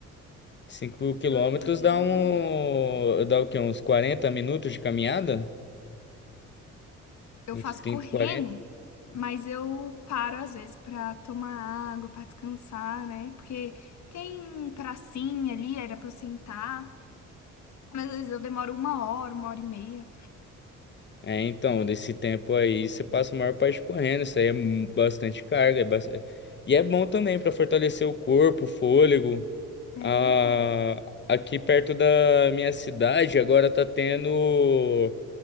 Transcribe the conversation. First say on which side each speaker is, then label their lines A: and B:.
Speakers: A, on the left (about 35°); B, on the left (about 65°).
A: cinco quilômetros
B: 2 e meio.
A: dá
B: dá
A: um.
B: um.
A: Dá o quê? Uns 40 minutos de caminhada?
B: Eu
A: Entre
B: faço
A: trinta
B: correndo,
A: e quarenta
B: mas eu paro às vezes pra tomar água, pra descansar, né? Porque tem pracinha ali, era pra eu sentar, mas às vezes eu demoro uma hora, uma hora e meia.
A: É, então, desse tempo aí você passa a maior parte correndo. Isso aí é mu- bastante carga. É bas- E é bom também para fortalecer o corpo, o fôlego.
B: É
A: Ah,
B: verdade.
A: aqui perto da minha cidade agora tá tendo